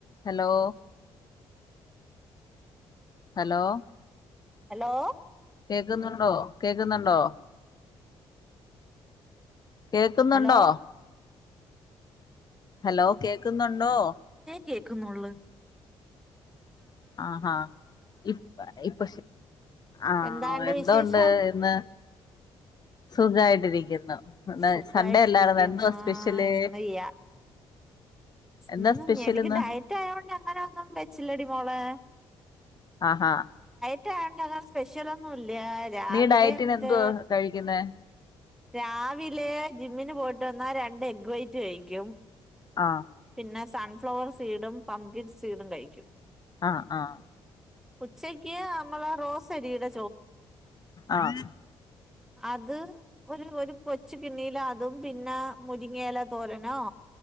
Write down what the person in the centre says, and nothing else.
ഹലോ
ഹലോ
കേക്കുന്നുള്ളൂ
എന്താണ്ട്
വിശേഷം
സുഖായിട്ടിരിക്കുന്നു,
ഇന്ന് യ്യ
ഉ
എനിക്ക്
ഡയറ്റ് ആയതോണ്ട് അങ്ങനെ ഒന്നും വെച്ചില്ലടി മോളെ
യറ്റായതോണ്ടോ സ്പെഷ്യ ല്ല, രാവിലെ
എന്ത്
രാവിലെ ജിമ്മിന് പോയിട്ട് വന്നാ രണ്ട് എഗ് വൈറ്റ് കഴിക്കും.
പിന്നെ സൺഫ്ലവർ, സീഡും പംഗിൻ സീഡും കഴിക്കും
ഉച്ചക്ക്യ മ്മളെ റോസരി ടെ,
അത് ഒരു ഒരു കൊച്ച കിണ്ണിയില അതും, പിന്നെ മുരിങ്ങല തോരനോ,